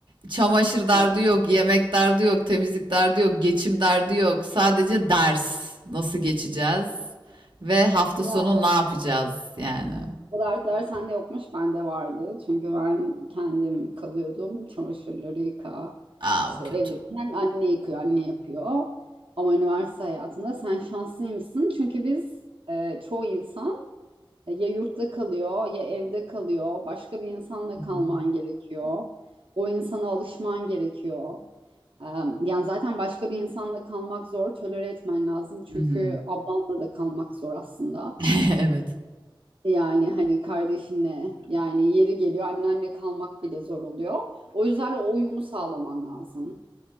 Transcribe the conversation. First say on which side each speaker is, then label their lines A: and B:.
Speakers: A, on the right; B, on the right.
A: Çamaşır
B: Çok.
A: derdi yok, yemek derdi yok, temizlik derdi yok, geçim derdi yok. Sadece ders nasıl geçeceğiz ve hafta
B: Ya
A: sonu ne yapacağız yani.
B: O dertler sende yokmuş, bende vardı. Çünkü ben kendim kalıyordum. Çamaşırları yıka.
A: Aa
B: İşte
A: o kötü.
B: evdeyken anne yıkıyor, anne yapıyor. Ama üniversite hayatında sen şanslıymışsın. Çünkü biz e, çoğu insan ya yurtta kalıyor ya evde kalıyor. Başka bir insanla
A: Hı hı.
B: kalman gerekiyor. O insana alışman gerekiyor. E, yani zaten başka bir insanla kalmak zor. Tolere etmen lazım. Çünkü
A: Hı hı.
B: ablanla da kalmak zor aslında.
A: <laughs> Evet.
B: Yani hani kardeşinle yani yeri geliyor annenle kalmak bile zor oluyor. O yüzden o uyumu sağlaman lazım.